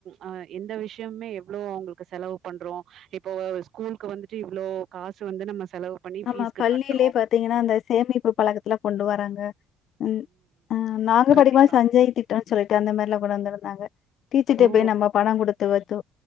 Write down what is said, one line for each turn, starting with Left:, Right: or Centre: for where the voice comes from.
Right: அ எந்த விஷயமே எவ்ளோ அவங்களுக்கு செலவு பண்றோ இப்போ ஸ்கூலுக்கு வந்துட்டு இவ்ளோ காசு வந்து நம்ம செலவு பண்ணி
Left: ஆமா.
Right: ஃபீஷ்கு
Left: பள்ளியிலே
Right: கட்டுறோ
Left: பாத்தீங்கன்னா, அந்த சேமிப்பு பழக்கத்துல கொண்டு வராங்க ம் அ நாங்க
Right: கண்டிப்பா
Left: படிக்குபோது சஞ்சய திட்டோன் சொல்லிட்டு அந்த மாரிலா கொண்டந்திருந்தாங்க டீச்சர்ட்டே
Right: ஓ
Left: போய் நம்ம பணம் குடுத் த்து வத்து